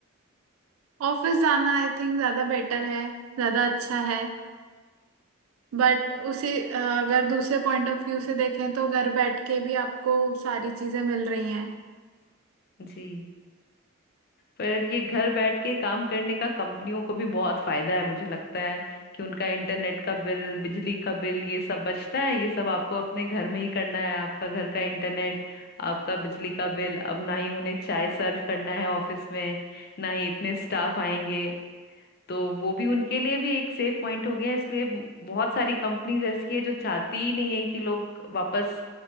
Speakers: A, on the right; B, on the left.
A: ऑफिस जाना आई थिंक ज्यादा बेटर है ज्यादा अच्छा है बट उसी अ, अगर दूसरे पॉइंट ऑफ व्यू से देखें तो घर बैठ के भी आपको सारी चीजें मिल रही हैं
B: जी पर ये घर बैठ के काम करने का कंपनियों को भी बहुत फायदा है मुझे लगता है कि उनका इंटरनेट का बिल बिजली का बिल ये सब बचता है ये सब आपको अपने घर में ही करना है आपका घर का इंटरनेट आपका बिजली का बिल अब ना ही उन्हें चाय सर्व करना है ऑफिस में ना ही इतने स्टाफ आएंगे तो वो भी उनके लिए भी एक सेफ पॉइंट हो गया इसलिए म- बहुत सारी कंपनीज ऐसी है जो चाहती ही नहीं है कि लोग वापस